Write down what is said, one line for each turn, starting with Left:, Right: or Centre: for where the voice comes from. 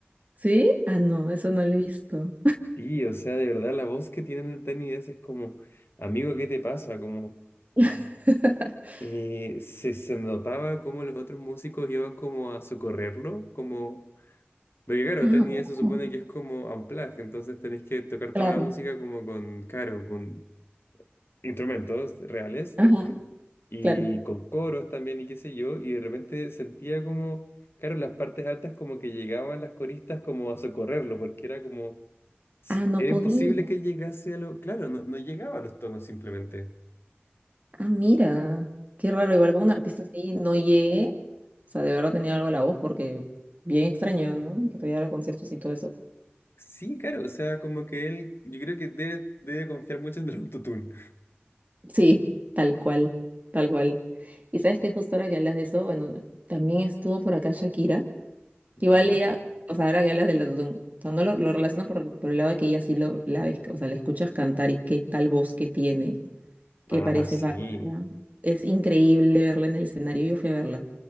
Right: ¿Sí? Ah, no, eso no lo he visto.
Left: Y, o sea, de verdad, la voz que tienen en Tiny Desk es como, amigo, ¿qué te pasa? Como,
Right: <laughs>
Left: eh, se, se notaba como los otros músicos iban como a socorrerlo, como, porque claro,
Right: Ah,
Left: Tiny Desk se supone
Right: wow,
Left: que es como unplugged, entonces tenés que tocar
Right: claro.
Left: toda la música como con, caro, con instrumentos reales
Right: Ajá,
Left: y
Right: claro.
Left: con coros también y qué sé yo, y de repente sentía como, claro, en las partes altas como que llegaban las coristas como a socorrerlo, porque era como se-
Right: Ah, no
Left: Era
Right: podía.
Left: imposible que llegase a lo... Claro, no, no llegaba a los tonos simplemente.
Right: Ah, mira. Qué raro, igual con un artista así no llegué. O sea, de verdad tenía algo a la voz porque bien extraño, ¿no? Que todavía los conciertos y todo eso.
Left: Sí, claro, o sea, como que él, yo creo que debe, debe confiar mucho en el autotune.
Right: Sí, tal cual, tal cual. Y sabes que justo ahora que hablas de eso, bueno, también estuvo por acá Shakira.
Left: ¿Ya?
Right: Igual ella, o sea, ahora que hablas del autotune, o sea, no lo, lo relaciono por, por el lado de que ella sí lo, la ves, o sea, la escuchas cantar y qué tal voz que tiene que
Left: Ah,
Right: parece
Left: sí.
Right: bárbara. Es increíble verla en el escenario. Yo fui a verla.